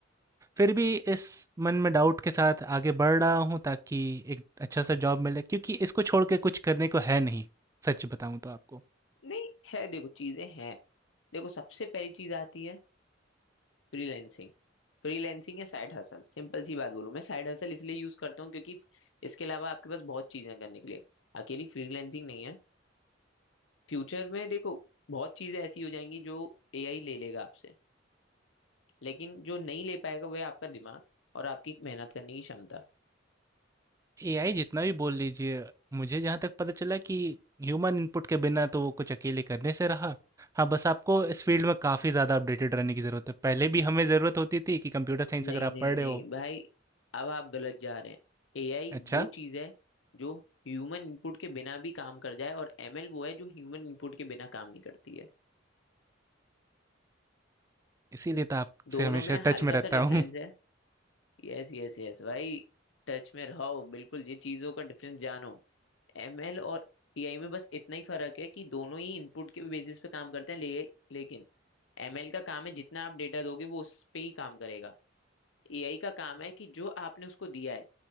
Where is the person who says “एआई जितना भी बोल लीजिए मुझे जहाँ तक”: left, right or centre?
Right